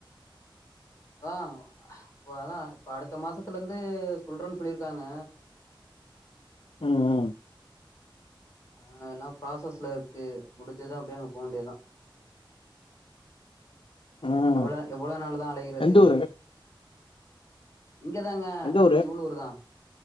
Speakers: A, on the left; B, on the left.
A: அதா இப்ப அதா இப்ப அடுத்த மாசத்துல இருந்து சொல்றன் சொல்லிருக்காங்க
B: ம் ம்
A: ஆ எல்லாம் ப்ராசஸ்ல இருக்கு முடிச்சது அப்டே அங்க போ வேண்டிதா
B: ம்
A: எவ்ளோ எவ்ளோ நாளு தா அழையறது
B: எந்த ஊரு
A: இங்க தாங்க
B: எந்த ஊரு
A: கீவ்ளூர் தா